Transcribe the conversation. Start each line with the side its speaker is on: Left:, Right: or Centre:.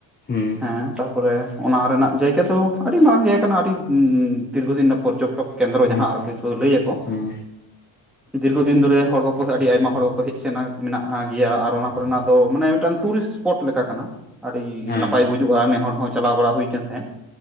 Left: ᱦᱩᱸ
Centre: ᱦᱮᱸ ᱛᱟᱯᱚᱨᱮ ᱚᱱᱟ ᱨᱮᱱᱟᱜ ᱡᱟᱭᱜᱟ ᱫᱚ ᱟᱹᱰᱤ ᱢᱟᱨᱟᱝ ᱡᱟᱭᱜᱟ ᱠᱟᱱᱟ ᱟᱹᱰᱤ ᱫᱤᱨᱜᱷᱚ ᱫᱤᱱ ᱨᱮᱱᱟᱜ ᱯᱚᱨᱡᱚᱴᱚᱠ ᱠᱮᱱᱫᱨᱚ
Left: ᱦᱩᱸ
Centre: ᱡᱟᱦᱟᱸ ᱟᱨᱠᱤ ᱠᱚ ᱞᱟᱹᱭᱟᱠᱚ᱾
Left: ᱦᱩᱸ
Centre: ᱫᱤᱨᱜᱷᱚ ᱫᱤᱱ ᱫᱷᱚᱨᱮ ᱦᱚᱲ ᱠᱚ ᱟᱹᱰᱤ ᱟᱭᱢᱟ ᱦᱚᱲ ᱠᱚᱠᱚ ᱦᱮᱡ ᱥᱮᱱ ᱢᱮᱱᱟᱜ ᱜᱮᱭᱟ ᱟᱨ ᱚᱱᱟ ᱠᱚᱨᱮᱱᱟᱜ ᱫᱚ ᱢᱟᱱᱮ ᱢᱤᱫᱴᱟᱝ ᱴᱩᱨᱤᱥᱴ ᱥᱯᱚᱴ ᱞᱮᱠᱟ ᱠᱟᱱᱟ ᱟᱹᱰᱤ
Left: ᱦᱮᱸ
Centre: ᱱᱟᱯᱟᱭ ᱵᱩᱡᱩᱜᱼᱟ ᱱᱮ ᱦᱚᱲ ᱦᱚᱸ ᱪᱟᱞᱟᱣ ᱵᱟᱲᱟ ᱦᱩᱭ ᱟᱠᱟᱱ ᱛᱟᱦᱮᱸᱫ᱾